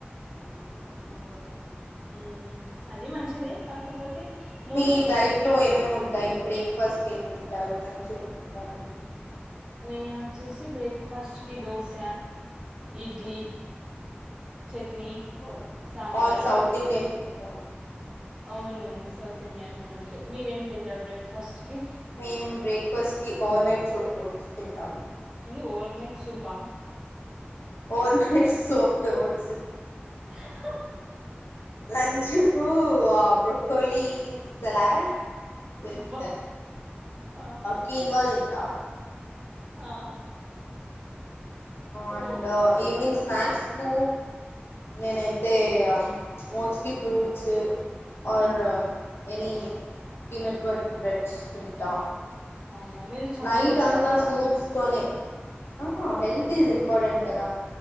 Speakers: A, on the left; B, on the right.
A: మ్ అవును.
B: ఉ అది మంచిదే కాకపోతే మోటు
A: మీ
B: పత్లు
A: డైట్ లో ఏమేమి ఉంటాయి బ్రేక్ఫాస్ట్ ఏంటి గులాబీ చెట్లు డబులు
B: నేను వచ్చేసి బ్రేక్ఫాస్ట్కి దోశ ఇడ్లీ చట్నీ
A: ఓ
B: సాబార్
A: ఆల్ సౌత్ ఇండియన్ ఫుడ్డా
B: అవును సౌత్ ఇండియన్ ఫుడ్ మీరేం తింటారు బ్రేక్ఫాస్ట్ కి
A: మేము బ్రేక్ఫాస్ట్ కి ఓవర్ నైట్స్ ఓట్స్ తింటాం
B: ఎంటి ఓర్ నైట్ సూపా
A: or నైట్ట్స్ oats
B: <unintelligible>
A: లంచకు broccoli salad with
B: వా ఆ,
A: కీన్వా తింట
B: ఆ ఓ
A: అండ్ ఈవినింగ్ స్నాక్స్ కు నేనైతే mostly fruits or
B: um,
A: any Peanut
B: um.
A: butter breads తింటా
B: అవునా మీరు చాలా
A: నైట్
B: రిచ్
A: అంతా
B: అబ్బా
A: సూప్స్ తోనే ఆ
B: ఓ
A: హెల్త్ ఇస్ ఇంపార్టెంట్ కదా